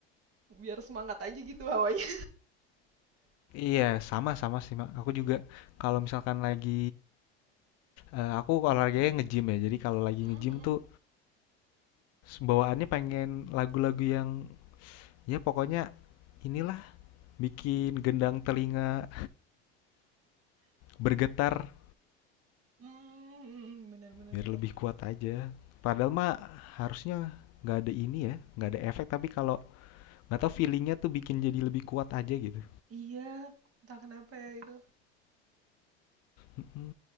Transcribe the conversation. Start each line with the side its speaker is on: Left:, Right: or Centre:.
Right: biar semangat aja gitu hawanya.
Left: Iya, sama-sama sih, Mak. Aku juga kalau misalkan lagi eh, aku olahraganya nge-gym ya. Jadi kalau lagi
Right: <laughs>
Left: nge-gym tuh bawaannya pengen lagu-lagu yang ya pokoknya inilah bikin gendang telinga bergetar
Right: Hmm, benar benar
Left: biar
Right: benar.
Left: lebih kuat aja. Padahal mah harusnya nggak ada ini ya, nggak ada efek. Tapi kalau nggak tahu feelingnya tuh bikin jadi lebih kuat aja gitu.
Right: Iya, entah kenapa ya itu.
Left: Mm-mm.